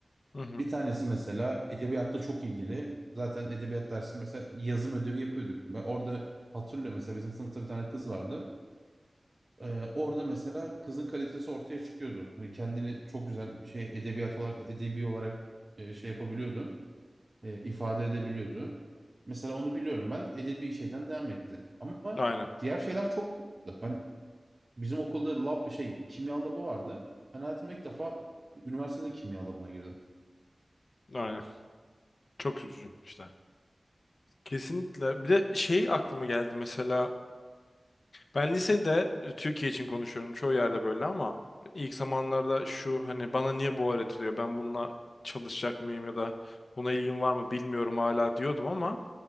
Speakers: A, on the left (about 65°); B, on the right (about 45°).
A: hı hı.
B: Bir tanesi mesela edebiyatla çok ilgili. Zaten edebiyat dersinde mesela yazım ödevi yapıyorduk. Ve orada hatırlıyorum mesela bizim sınıfta bir tane kız vardı. Ee, orada mesela kızın kalitesi ortaya çıkıyordu. Hani kendini çok güzel şey edebiyat olarak edebi olarak e, şey yapabiliyordu. e, ifade edebiliyordu. Mesela onu biliyorum ben edebi şeyden devam etti. Ama
A: Aynen,
B: diğer şeyler çok ben bizim okulda lab şey kimya labı vardı. Ben hayatımda ilk defa üniversitede kimya labına girdim.
A: aynen. Çok üzücü işte. Kesinlikle. Bir de şey aklıma geldi mesela Ben lisede e, Türkiye için konuşuyorum çoğu yerde böyle ama ilk zamanlarda şu hani bana niye bu öğretiliyor ben bununla çalışacak mıyım ya da buna ilgim var mı bilmiyorum hala diyordum ama